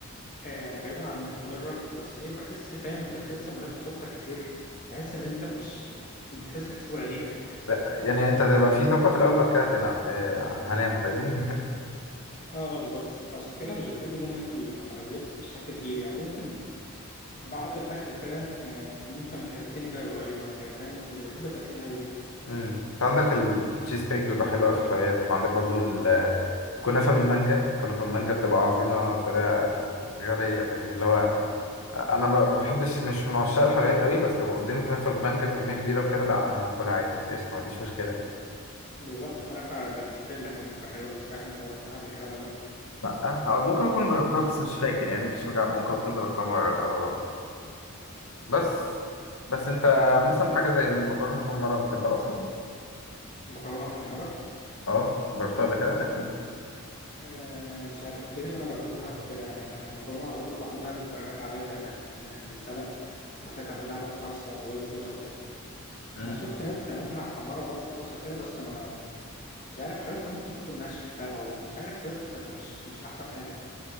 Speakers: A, on the left; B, on the left.
A: آه بعيدا عن انها مضره بس ايه بحس فاهم انت تحس لما تاكل سكر كتير تحس ان انت مش بتحس احساس غريب كده فاهم
B: لا يعني انت هتبقى في طاقة في الأول بعد كده هتنعس هي- هنام فاهمني <laughs>
A: اه اه بالظبط فعشان كده مش بحب ان انا اكل حلويات بشكل كبير يعني ممكن بعد الاكل كده آه ممكن حتتين كده صغيرين ولا حاجه فاهم بس مش بحب اتقل قوي يعني
B: امم انت عندك التشيز كيك بيبقى حلو قوي في الحلويات وعندك برضو الكنافة بالمانجا الكنافة بالمانجا بتبقى عظيمة بطريقة غبية فاهمني اللي هو
A: اه
B: أنا ب- ما بحبش مش من عشاق الحلويات قوي بس لو قدامي كنافة بالمانجا بكمية كبيرة وكده لا أنا هاكلها عادي قشطة ما عنديش مشكلة
A: بالظبط كنافه بالنوتيلا كمان بتبقى حلوه قوي مش عارف انت جربتها قبل كده ولا لا
B: لا أه، ممكن أكون جربتها بس مش فاكر يعني مش مجمع ممكن أكون جربتها مرة كده بالغلط بس بس أنت مثلا حاجة زي المكرونة المحمرة بتحبها أصلا؟
A: مكرونه محمره
B: أه جربتها قبل كده أكيد
A: آه، مش عارف ما افتكرش انا جربتها قبل كده يعني انا المكرونه على طول بعملها بالطريقه العاديه بتاعتها ان هي بتتسلق بعد كده تعمل لها بقى صلصه او وايت صوص او كده
B: مم.
A: انا شفت ناس بتعملها محمره اه في الطاسه كده بس ما مش عارف حاسسها ممكن تكون ناشفه او مش عارف حاسسها تبقى مش مش احسن حاجه يعني